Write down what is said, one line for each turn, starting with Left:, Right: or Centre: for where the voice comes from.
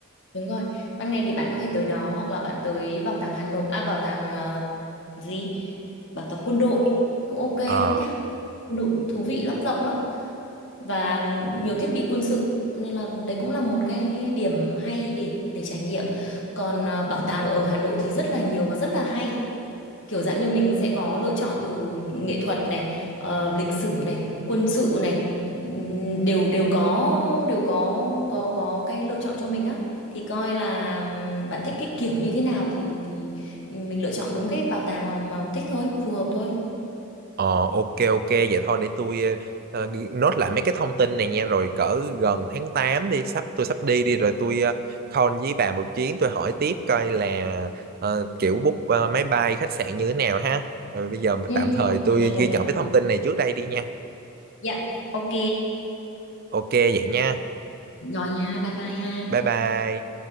Left: đúng rồi. Ban ngày thì bạn có thể tới đó hoặc là bạn tới bảo tàng Hà Nội, à bảo tàng ờ, gì? Bảo tàng quân đội cũng ok
Right: Ờ
Left: lắm nha. Quân đội cũng thú vị lắm, rộng lắm và nhiều thiết bị quân sự nên là đấy cũng là một cái điểm hay để để trải nghiệm. Còn ờ, bảo tàng ở Hà Nội thì rất là nhiều và rất là hay. kiểu dạng như mình sẽ có lựa chọn từ nghệ thuật này ờ, lịch sử này quân sự này ừm, đều đều có đều có có có cái lựa chọn cho mình á thì coi là ừm, bạn thích cái kiểu như thế nào thì thì mình lựa chọn đúng cái bảo tàng mà, mà thích thôi phù hợp thôi
Right: Ờ ok ok vậy thôi để tôi ờ, ờ, nốt lại mấy cái thông tin này nha rồi cỡ gần tháng 8 đi sắp tôi sắp đi đi rồi tôi uh, call với bà một chuyến tôi hỏi tiếp coi là ờ, kiểu book ờ, máy bay khách sạn như thế nào ha. Rồi bây giờ mà
Left: ừ,
Right: tạm thời
Left: ừ,
Right: tôi
Left: hoàn toàn
Right: ghi
Left: đồng
Right: nhận
Left: ý
Right: cái thông tin này trước đây đi nha.
Left: dạ ok
Right: Ok vậy nha.
Left: rồi nha bye bye ha
Right: Bye bye.